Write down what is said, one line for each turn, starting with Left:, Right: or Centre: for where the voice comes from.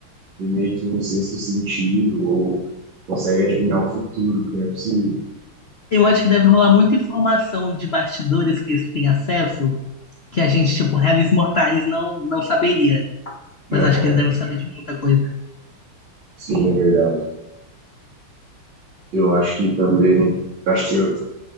Right: tem meio que um sexto sentido ou consegue adivinhar o futuro, que não é possível.
Left: Eu acho que deve rolar muita informação de bastidores que eles têm acesso, que a gente, tipo, reis mortais não, não saberia. Mas
Right: Aham.
Left: acho que eles devem saber de muita coisa.
Right: Sim, é verdade. Eu acho que também. Acho que eu,